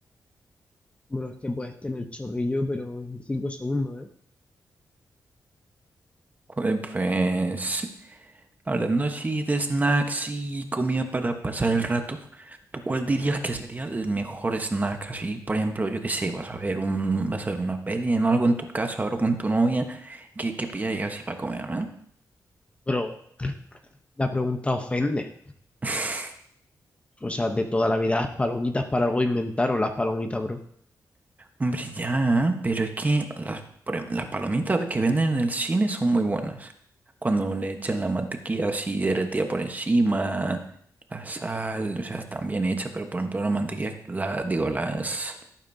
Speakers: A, on the left (about 20°); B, on the right (about 25°).
A: Bueno, es que puedes tener chorrillo, pero en cinco segundos, ¿eh?
B: Pues, pues, Hablando así de snacks y comida para pasar el rato, ¿tú cuál dirías que sería el mejor snack? Así, por ejemplo, yo qué sé, vas a ver un, vas a ver una peli en algo en tu casa, ahora con tu novia, ¿qué, qué pillarías así para comer, ¿no?
A: Pero la pregunta ofende.
B: <laughs>
A: O sea, de toda la vida las palomitas para algo inventaron las palomitas, bro.
B: Hombre, ya, pero es que las, por ejemplo, las palomitas que venden en el cine son muy buenas. Cuando le echan la mantequilla así derretida por encima, la sal, o sea, están bien hechas, pero por ejemplo la mantequilla, la, digo, las